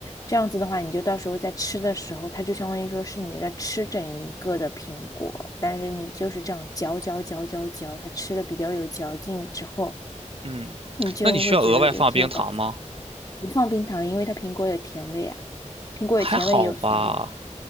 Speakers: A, on the left; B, on the right.
A: 这样子的话，你就到时候在吃的时候，它就相当于说是你在吃整一个的苹果，但是你就是这样嚼嚼嚼嚼嚼，它吃的比较有嚼劲之后，
B: 嗯，
A: 你就会觉得有挺有饱腹。
B: 那你需要额外放冰糖吗？
A: 不放冰糖，因为它苹果有甜味啊，苹果有甜味也有酸味。
B: 还好吧。